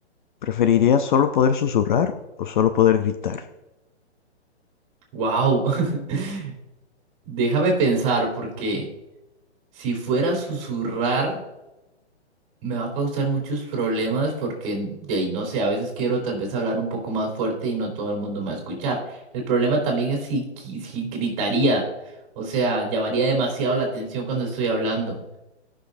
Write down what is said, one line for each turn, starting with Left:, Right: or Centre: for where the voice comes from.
Left: ¿Preferirías solo poder susurrar o solo poder gritar?
Right: ¡Wow! <laughs> Déjame pensar, porque si fuera a susurrar... me va a causar muchos problemas porque en- de ahí no sé, a veces quiero tal vez hablar un poco más fuerte y no todo el mundo me va a escuchar. El problema también es si, qui- si gritaría, o sea, llamaría demasiado la atención cuando estoy hablando.